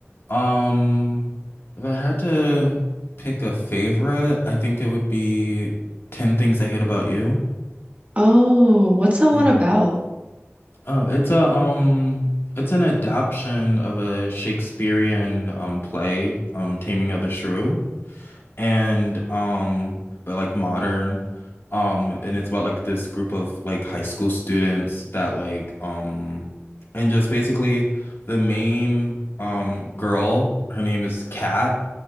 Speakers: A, on the left; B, on the right.
A: Um, if I had to pick a favorite, I think it would be 10 Things I Hate About You.
B: Oh, what's that one
A: Yeah.
B: about?
A: Oh, it's a um it's an adaptation of a Shakespearean um play, um Taming of the Shrew. and um but like modern um and it's about like this group of like high school students that like um and just basically the main um girl her name is Kat